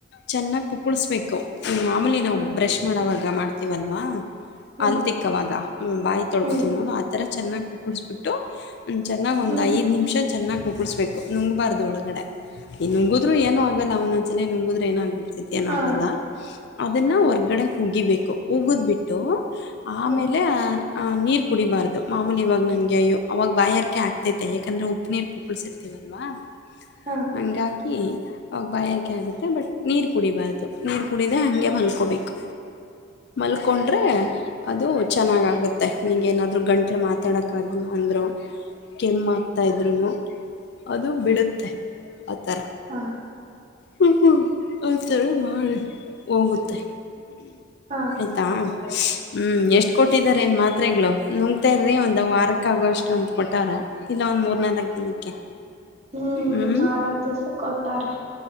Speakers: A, on the left; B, on the right.
A: ಚೆನ್ನಾಗಿ ಪುಕ್ಕುಳಿಸ್ಬೇಕು ಮಾಮೂಲಿ ನಾವು
B: ಹಾ
A: ಬ್ರಷ್ ಮಾಡೋವಾಗ ಮಾಡ್ತವಲ್ವಾ
B: ಹ್ಮ್
A: ಅಲ್ಕ್ಕವಾಗ ಬಾಯಿ ತೊಳ್ಕೋತ
B: ಹ್ಮ್
A: ನೋ ಚೆನ್ನಾಗ ಕುಡಿಸ್ಬಿಟ್ಟು ಚೆನ್ನಾಗ್ ಒಂದ
B: ಹ್ಮ್
A: ಐದು ನಿಮಿಷ ಚೆನ್ನಾಗ ಊಸ್ಬೇಕು ನುಂಗಬಾರ್ದು ಒಳಗಡೆ ಈ ನುಂಗುದ್ರರು ಏನನು ಆಗಲ್ಲ ಅವ್ನ ಅಚಲಲಿ ನಂಗುದ್ರೆ ಏನ ಆಗ್ಬಡ ಏನ
B: ಹಾ
A: ಆಗಲ್ಲ ಅದನ್ನ ಹೊರ್ಗಡೆ ಉಗಿಬೇಕು ಉಗುದ್ ಬಿಟ್ಟು ಆಮೇಲೆ
B: ಹ್ಮ್
A: ಅಹ ನೀರ್ ಕುಡಿಡಾರ್ದ ಮಾಮೂಲಿ ಇವಾಗ ನನ್ಗೆ ಅಯ್ಯ ಅವಾಗ ಬಾಯಾರಕೆ ಆಗ್ತೈತೆ ಯಾಕಂದ್ರೆ ಉಪ್ಪು ನೀರು ಪೂಕುಳ್ಸಿರ್ತೇವಿ <unintelligible>
B: ಹಾ
A: ಹಾಕಿ ಅವಾಗ ಬಾಯಾಕೆ ಆಗುತ್ತೆ ಬಟ್ ನೀರು ಕುಡಿಬಾರ್ದು ನೀರು ಕುಡಿದ ಹಾಗಗೆ ಮಲ್ಕೋಬೇಕು ಮಲ್ಕೊಂಡ್ರೆ ಅದು ಚೆನ್ನಾಗಾಗುತ್ತೆ ನಿೇನಾದರೂ ಗಂಟ್ಲು ಮಾತಾಡೋಕ್ಕಾಗಿಲ್ಲ ಅಂದರು ಕೆಮ್ಮ ಆಕ್ತಾ ಇದ್ರುನು ಅದು ಬಿಡುತ್ತೆ ಆ ಥರ
B: ಹಾ
A: ಹ್ಞ ಹ್ಞ ಆಥರ ಮಾಡಿ ಹೋಗುತ್ತೆ
B: ಹಾ
A: ಆಯ್ತಾ ಹ್ಮ್ ಎಷ್ಟ್ ಕೊಟ್ಟಾರ ಏನ್ ಮಾತ್ರೆಗಳು ನುಂಗತಾ ಇರಿ ಒಂದ್ ವಾರಕ್ಕ ಆಗೋಷ್ಟ ಅಂತ ಕೊಟ್ಟಾರ ಇಲ್ಲ ಒಂದ್ ಮೂರ್ನಾಲ್ಕು ದಿನಕ್ಕೆ
B: ಹ್ಮ್
A: ಹ್ಞೂ
B: ನಾಲ್ಕ್ ದಿವ್ಸ ಕೊಟ್ಟಾರೆ